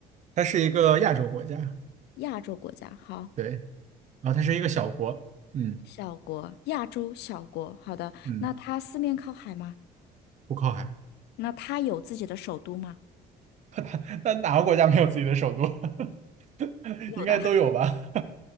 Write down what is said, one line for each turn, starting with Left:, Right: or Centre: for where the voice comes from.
Right: 它是一个亚洲国家，
Left: 亚洲国家，好，
Right: 对，然后它是一个小国，嗯
Left: 小国，亚洲小国。好的，
Right: 嗯，
Left: 那它四面靠海吗？
Right: 不靠海，
Left: 那它有自己的首都吗？
Right: <laughs> 那哪个国家没有自己的首都？<laughs>
Left: 有的，
Right: 应该都有吧？
Left: <laughs>